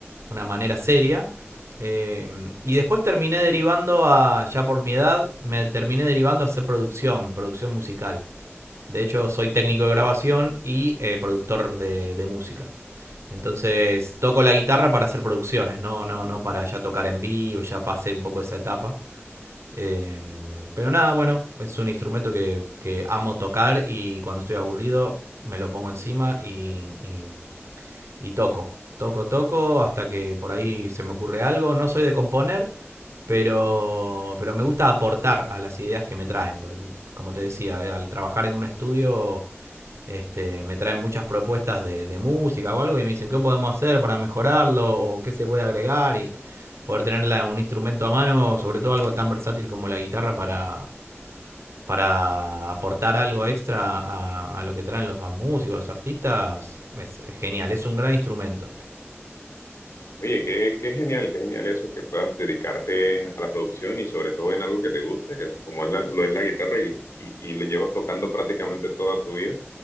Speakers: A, on the right; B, on the left.
A: una manera seria. Eh, y después terminé derivando a, ya por mi edad, me terminé derivando a hacer producción, producción musical. De hecho, soy técnico de grabación y eh, productor de, de música. Entonces, toco la guitarra para hacer producciones, no, no, no para ya tocar en vivo, ya pasé un poco esa etapa. Eh, pero nada, bueno, es un instrumento que, que amo tocar y cuando estoy aburrido me lo pongo encima y, y, y toco. Toco, toco hasta que por ahí se me ocurre algo. No soy de componer, pero, pero me gusta aportar a las ideas que me traen. Porque, como te decía, al trabajar en un estudio este, me traen muchas propuestas de, de música o algo y me dicen qué podemos hacer para mejorarlo o qué se puede agregar y poder tener la- un instrumento a mano, sobre todo algo tan versátil como la guitarra para, para aportar algo extra a, a lo que traen los músicos, los artistas, es genial, es un gran instrumento.
B: oye, qué, qué genial, qué genial eso que puedas dedicarte a la producción y sobre todo en algo que te guste, que como es la- lo es la guitarra y, lo- y, y lo llevas tocando prácticamente toda tu vida.